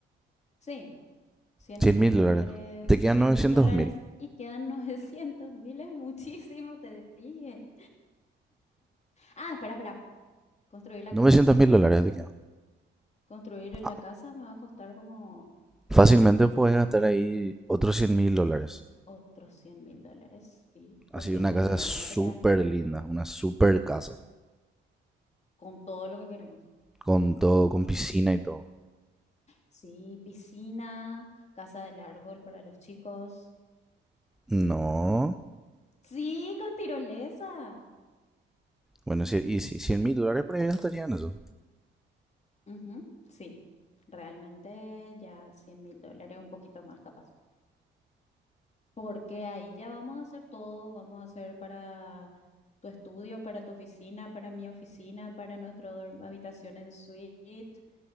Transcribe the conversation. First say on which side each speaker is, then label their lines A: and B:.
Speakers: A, on the left; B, in the centre.
A: sí. Cien
B: cien
A: mil
B: mil
A: dólares,
B: dólares. Te
A: cien
B: quedan novecientos
A: mil dólares
B: mil.
A: y quedan <laughs> novecientos mil. Es muchísimo, te dije. Ah, espera, espera. Construir la
B: novecientos
A: casa.
B: mil dólares te quedan.
A: Construir la
B: Ah,
A: casa me va a costar como...
B: Fácilmente puedes gastar ahí otros 100 mil dólares.
A: Otros cien mil dólares, sí, porque
B: Así, una
A: entre
B: casa
A: comprar
B: súper
A: los materiales,
B: linda. Una súper casa.
A: con todo lo que queremos.
B: Con todo, con piscina y todo.
A: Sí, piscina, casa del árbol para los chicos.
B: No.
A: Sí, con tirolesa.
B: Bueno, sí, y sí, 100 mil dólares por ahí gastarían eso.
A: Ujú, sí, realmente ya cien mil dólares, un poquito más capaz. Porque ahí ya vamos a hacer todo, vamos a hacer para tu estudio, para tu oficina, para mi oficina, para nuestra habitación en suite.